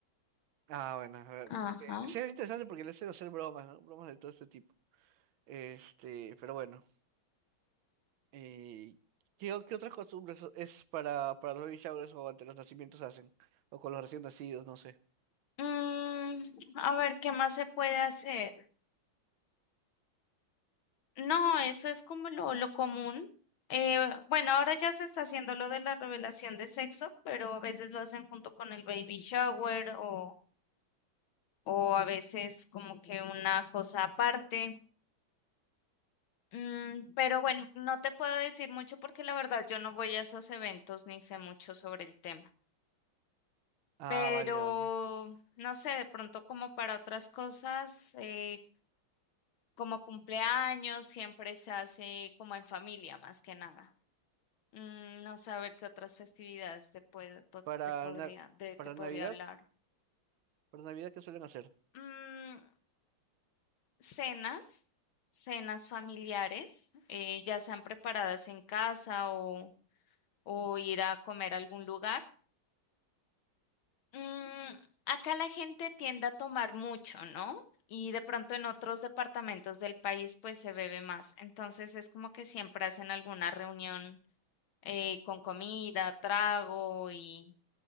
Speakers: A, on the right; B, on the left.
A: Ah, bueno. a ver.
B: Ajá.
A: Eh, sí, es interesante porque le hacen hacer bromas, ¿no? Bromas de todo este tipo. Este, pero bueno. Eh, ¿qué, o- qué otras costumbres es para, para los baby showers o ante los nacimientos hacen? O con los recién nacidos, no sé.
B: Mm, a ver, ¿qué más se puede hacer? No, eso es como lo, lo común. Eh, bueno, ahora ya se está haciendo lo de la revelación de sexo, pero a veces lo hacen junto con el baby shower o o a veces como que una cosa aparte. Mm, pero bueno, no te puedo decir mucho porque la verdad yo no voy a esos eventos ni sé mucho sobre el tema.
A: Ah,
B: Pero
A: vale, vale.
B: no sé, de pronto como para otras cosas, eh, como cumpleaños, siempre se hace como en familia más que nada. Mm, no saber qué otras festividades te puede, po-
A: Para,
B: te podría,
A: na-
B: de,
A: para
B: te podría
A: Navidad,
B: hablar.
A: para Navidad, ¿qué suelen hacer?
B: Mm, cenas, cenas familiares, eh, ya sean preparadas en casa o, o ir a comer a algún lugar. Mm, acá la gente tiende a tomar mucho, ¿no? Y de pronto en otros departamentos del país pues se bebe más. Entonces es como que siempre hacen alguna reunión eh, con comida, trago y